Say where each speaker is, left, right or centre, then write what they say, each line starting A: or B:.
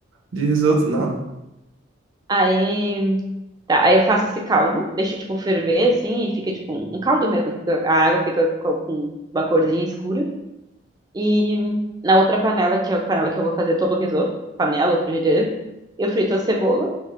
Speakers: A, on the right (about 80°); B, on the right (about 20°).
A: De risoto, não.
B: Aí Tá, aí eu faço esse caldo, deixo, tipo, ferver, assim, e fica, tipo, um um caldo mesmo. Fica- a água fica co- com uma corzinha escura. E na outra panela, que é a panela que eu vou fazer todo o risoto, panela ou frigideira, eu frito a cebola.